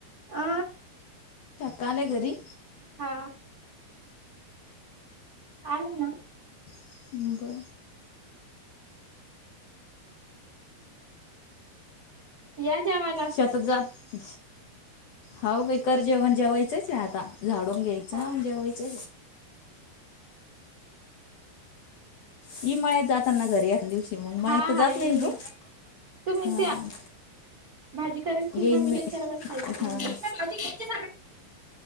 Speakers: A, on the right; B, on the left.
A: आ
B: कालेगरी
A: हा आणि ना
B: ह् बर
A: या जेवायला
B: शतात जात हाव काही कर जेवण जेवाय आता झाडून घ्यायचं
A: हा
B: जेवायचं ह माळ्यात जाताना घरी या दिवशी मग माळ्यात
A: हा
B: तर
A: हा
B: जात
A: येईन
B: नाही तू
A: येईन तुम्हीच
B: हा
A: भाजी करायची
B: येईन
A: मम्मीला
B: मी
A: विचारावर खायची कोण
B: हा
A: भा क सगळची